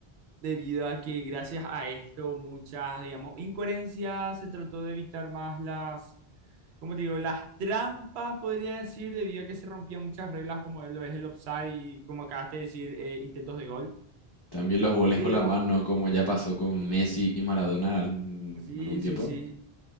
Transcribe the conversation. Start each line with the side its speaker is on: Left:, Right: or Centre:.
Right: debido a que gracias a esto muchas, digamos, incoherencias, se trató de evitar más las, como te digo, las trampas, podría decir, debido a que se rompían muchas reglas, como lo es el offside y como acabaste de decir, eh, intentos de gol.
Left: También los goles
Right: Pero
Left: con la mano, como ya pasó con Messi y Maradona algún,
Right: sí,
Left: algún tiempo.
Right: sí, sí.